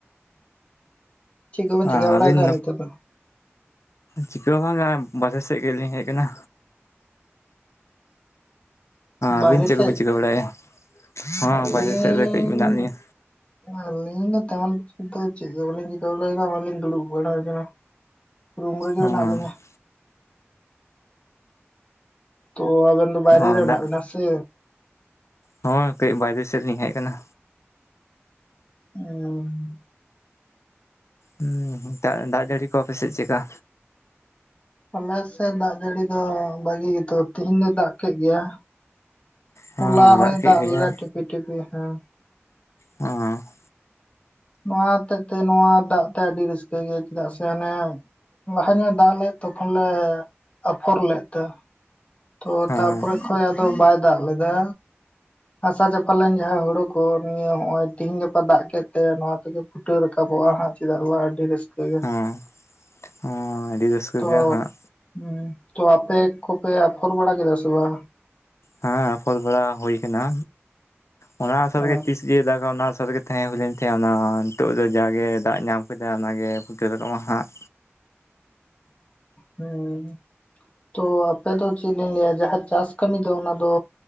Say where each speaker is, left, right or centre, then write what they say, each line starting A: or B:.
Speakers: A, on the left; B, on the left.
A: ᱪᱮᱫ ᱠᱚᱵᱮᱱ
B: ᱩ
A: ᱪᱤᱠᱟᱹ
B: ᱟ
A: ᱵᱟᱲᱟᱭᱮᱫᱟ
B: ᱟᱵᱤᱱ
A: ᱱᱤᱛᱚᱜ ᱫᱚ
B: ᱪᱤᱠᱟᱹ ᱦᱚ ᱵᱟᱝ ᱜᱮ ᱱᱟᱜᱟᱭ ᱵᱟᱦᱨᱮ ᱥᱮᱫ ᱜᱮᱞᱤᱧ ᱦᱮᱡ ᱟᱠᱟᱱᱟ
A: ᱵᱟᱦᱨᱮ
B: ᱟᱹᱵᱤᱱ ᱪᱮᱫ ᱠᱚᱵᱤᱱ
A: ᱥᱮᱡ
B: ᱪᱤᱠᱟᱹ ᱵᱟᱲᱟᱭᱮᱫᱼᱟ ᱦᱚᱸ
A: ᱟᱞᱤᱧ
B: ᱵᱟᱭᱨᱮ ᱥᱮᱫ ᱨᱮ ᱠᱟᱹᱡ ᱢᱮᱱᱟᱜ ᱞᱤᱧᱟᱹ
A: ᱟᱞᱤᱧ ᱫᱚ ᱛᱮᱢᱚᱱ ᱠᱤᱪᱷᱩ ᱫᱚ ᱪᱮᱫ ᱜᱮ ᱵᱟᱞᱤᱧ ᱪᱤᱠᱟᱹ ᱵᱟᱲᱟᱭ ᱫᱟ ᱱᱚᱜᱚᱭ ᱞᱤᱧ ᱫᱩᱲᱩᱵ ᱵᱟᱲᱟᱭ ᱠᱟᱱᱟ ᱨᱩᱢ ᱨᱮᱜᱮ
B: ᱦᱚᱸ
A: ᱢᱮᱱᱟᱜ ᱞᱤᱧᱟ ᱛᱚ ᱟᱵᱮᱱ ᱫᱚ ᱵᱟᱭᱨᱮ
B: ᱚ
A: ᱨᱮ ᱢᱮᱱᱟᱜ
B: ᱫᱟᱜ
A: ᱵᱮᱱᱟ ᱥᱮ
B: ᱦᱚ ᱠᱟᱹᱡ ᱵᱟᱭᱨᱮ ᱥᱮᱫ ᱞᱤᱧ ᱦᱮᱡ ᱟᱠᱟᱱᱟ
A: ᱩᱸ
B: ᱦᱩᱸ ᱦᱩᱸ ᱫᱟᱜ ᱡᱟᱹᱲᱤ ᱠᱚ ᱟᱯᱮᱥᱮᱜ ᱪᱮᱫᱠᱟ
A: ᱟᱞᱮ ᱥᱮᱫ ᱫᱟᱜ ᱡᱟᱹᱲᱤ ᱫᱚ ᱵᱟᱜᱤ ᱩᱛᱟᱹᱨ ᱛᱤᱦᱤᱧ ᱫᱚ ᱫᱟᱜ ᱠᱮᱫ ᱜᱮᱭᱟ
B: ᱦᱮᱸ
A: ᱦᱚᱞᱟ ᱦᱚᱸᱭ
B: ᱠᱮᱫ
A: ᱫᱟᱜ
B: ᱜᱮᱭᱟᱭ
A: ᱞᱮᱫᱟ ᱴᱤᱯᱤ ᱴᱤᱯᱤ ᱦᱮᱸ
B: ᱦᱮ
A: ᱱᱚᱣᱟ ᱦᱚᱛᱮᱜ ᱛᱮ ᱱᱚᱣᱟ ᱫᱟᱜ ᱛᱮ ᱟᱹᱰᱤ ᱨᱟᱹᱥᱠᱟᱹ ᱜᱮ ᱪᱮᱫᱟᱜ ᱥᱮ ᱚᱱᱮ ᱞᱟᱦᱟ ᱧᱚᱜᱮ ᱫᱟᱜ ᱞᱮᱫ ᱛᱚᱠᱷᱚᱱ ᱞᱮ ᱟᱯᱷᱚᱨ ᱞᱮᱫ ᱛᱮ ᱛᱚ
B: ᱦᱮᱸ
A: ᱛᱟᱯᱚᱨᱮ ᱠᱷᱡ ᱟᱫᱚ ᱵᱟᱭ ᱫᱟᱜ ᱞᱮᱫᱟ ᱦᱟᱥᱟ ᱪᱟᱯᱟᱞ ᱞᱮᱱ ᱡᱟᱦᱟᱸ ᱦᱩᱲᱩ ᱠᱚ ᱱᱤᱭᱟᱹ ᱱᱚᱜᱚᱭ ᱛᱤᱦᱤᱧ ᱜᱟᱯᱟ ᱫᱟᱜ ᱠᱮᱫ ᱛᱮ ᱱᱚᱣᱟ ᱛᱮᱜᱮ ᱯᱷᱩᱴᱟᱹ ᱨᱟᱠᱟᱵᱚᱜᱼᱟ ᱦᱟᱸᱜ ᱪᱮᱫᱟᱜ ᱵᱟᱝ ᱟᱰᱤ ᱨᱟᱹᱥᱠᱟᱹ ᱭᱟ
B: ᱦᱮᱸ ᱦᱮᱸ ᱟᱹᱰᱤ ᱨᱟᱹᱥᱠᱟᱹ
A: ᱛᱚ
B: ᱜᱮ ᱦᱟᱸᱜ
A: ᱦᱩ ᱛᱚ ᱟᱯᱮ ᱠᱚᱯᱮ ᱚᱯᱷᱚᱨ ᱵᱟᱲᱟ ᱠᱮᱫᱟ ᱥᱮ ᱵᱟ
B: ᱦᱮᱸ ᱯᱷᱚᱞ ᱵᱟᱲᱟ ᱦᱩᱭ ᱠᱟᱱᱟ ᱚᱱᱟ ᱟᱥᱟ
A: ᱦᱮᱸ
B: ᱨᱮᱜᱮ ᱛᱤᱥ ᱡᱮᱭ ᱫᱟᱜᱟ ᱚᱱᱟ ᱟᱥᱟ ᱨᱮᱜᱮ ᱛᱟᱦᱮᱸ ᱦᱩᱭ ᱞᱮᱱ ᱛᱟᱦᱮᱸᱫ ᱚᱱᱟ ᱱᱤᱛᱚᱜ ᱫᱚ ᱡᱟᱜᱮ ᱫᱟᱜ ᱧᱟᱢ ᱠᱮᱫᱟᱭ ᱚᱱᱟᱜᱮ ᱯᱷᱩᱴᱟᱹ ᱨᱟᱠᱟᱵ ᱟ ᱦᱟᱸᱜ
A: ᱦᱚᱭ ᱛᱚ ᱟᱯᱮ ᱫᱚ ᱪᱮᱫ ᱞᱤᱧ ᱞᱟᱹᱭᱟ ᱡᱟᱦᱟ ᱪᱟᱥ ᱠᱟᱹᱢᱤ ᱫᱚ ᱚᱱᱟ ᱫᱚ